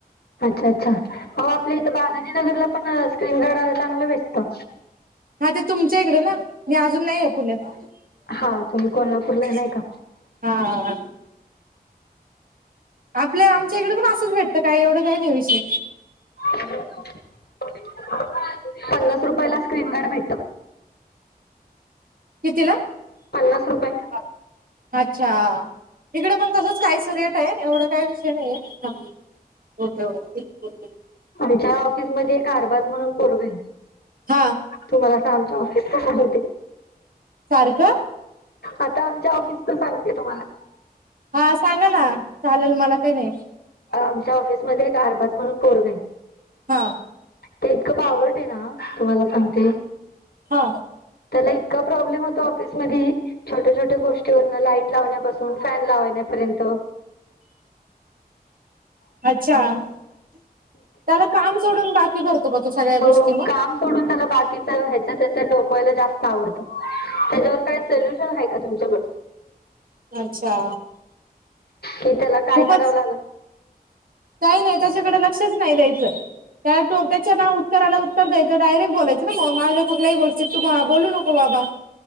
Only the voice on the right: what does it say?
हा ते तुमच्या इकडे ना मी अजून नाही आहे पुण्यात
<inaudible>
हा, आपल्या आमच्या इकडे पण असंच भेटतं काय एवढं काही नाही विषय
किती ल
<inaudible> अच्छा इकडे पण तसच कायस रेट आहे एवढ काय विषय नाहीये ओके के बिकुल
हा,
सारखं,
हा सांगा ना चालेल मला काही नाही
हा
हा
अच्छा त्याला काम सोडून बाकी करतो ब तू सगळ्या
गोष्टी मग
अच्छा
खूपच
काही नाही त्याच्याकडे लक्षच नाही द्यायचं. त्यालाो त्याच्या ना उत्तराला उत्तर द्यायच डयरेट बोलायचं ना मग माझ्या कुठल्याही गोष्टीत तू बोलू नको बाबा